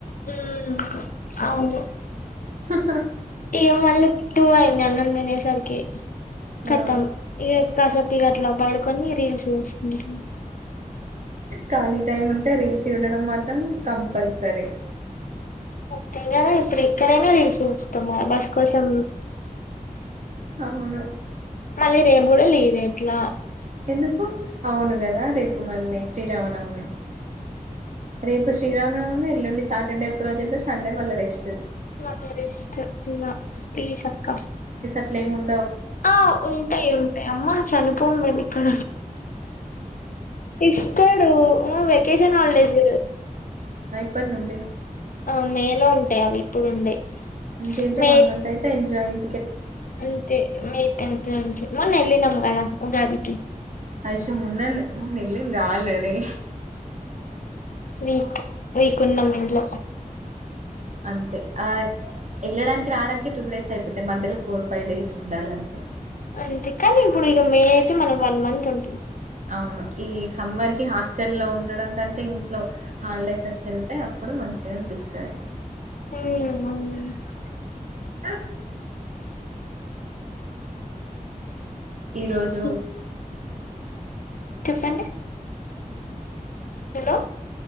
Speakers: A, on the left; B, on the right.
A: ఉ అవును
B: హా
A: ఇకా మళ్ టూ అయింద్ అన్నం తినేసరికి
B: ఆ
A: కతం ఇక కాసేప్ ఇక అట్లా పాడుకొని రీల్స్ చూసుకుంట్
B: కాలి టైమ్ ఉంటె రీల్స్ చూడడం మాత్రం కంపల్సరీ
A: ముంతంగా ఇప్పుడు ఇక్కడనా తెలుసు తో మోమ్స్ కోసం
B: అవును
A: మళ్ళీ రేం కూడా లీవ్ఎ ఎట్లా
B: ఎందుకు అవును కదా రేపు మళ్ళీ శ్రీరామనవమి రేపు శ్రీరామనవమి వెల్లుండి సాటర్డే ఒకక్క రోజు వెళ్తే సండే మళ్ళ రెస్ట్
A: <inaudible> ప్లీజ్ అక్క
B: అట్లేం ఉం
A: ఆ ఉంటాయి ఉంటాయి అమ్మా చనిపో మేం ఇక్కడ ఇస్తాడు. మ్ వ్యక్ <inaudible> హాలిడేస్
B: ప్పట్ నుండి
A: ఆ మేలో ఉంటయి అవి ఇప్పుడు ఉండయి.
B: ఇంకేంటి
A: మే
B: వన్ మంత్ అయితే ఎంజాయ్ ఇం
A: అంతే మే టెన్త్ నుంచి మొన్న ఎల్లినం గదా ఉగాదికి
B: అయిషు మొన్న మొన్న ఎల్లింది రా ఆల్రెడీ
A: వీట్ వీకున్నం ఇట్లో
B: అంతే ఆ ఎళ్ళడానికి రాడానికి టూ డేస్ అయిపోతాయి మధ్యలో ఫోర్ ఫైవ్ డేస్ ఉండాలంతే
A: అంతే కానీ ఇప్పుడు ఇగ మే అయితే మనం వన్ మంత్ ఉం
B: అవును ఈ సమ్మర్ కి హాస్టల్లో ఉండడం కంటే ఇంట్లో హాలిడేస్ అచ్చి వెళ్తే అప్పుడు మంచిగా అనిపిస్తది.
A: హ్మ్
B: అ ఈరోజు
A: ఉమ్ చెప్పండి. హలో